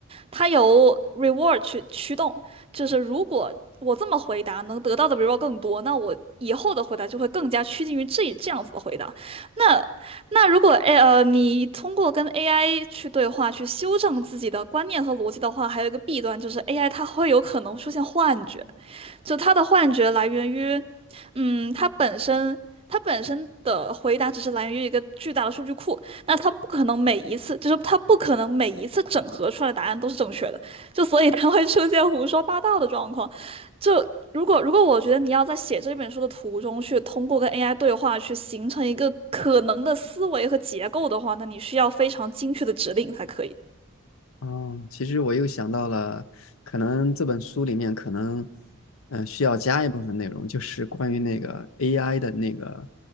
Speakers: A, on the right (about 25°); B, on the left (about 75°).
A: 它由 reward 去驱动，就是如果我这么回答能得到的 reward 更多，那我以后的回答就会更加趋近于这这样子的回答。那那如果诶呃你通过跟 AI 去对话去修正自己的观念和逻辑的话，还有一个弊端就是 AI 它会有可能出现幻觉，就他的幻觉来源于，嗯，他本身他本身的回答只是来源于一个巨大的数据库，那他不可能每一次，就是他不可能每一次整合出来的答案都是正确的，就所以他会出现胡说八道的状况。就如果如果我觉得你要在写这本书的途中去通过跟 AI 对话去形成一个可能的思维和结构的话，那你需要非常精确的指令才可以。
B: 哦，其实我又想到了，可能这本书里面可能，嗯、需要加一部分内容，就是关于那个 AI 的那个，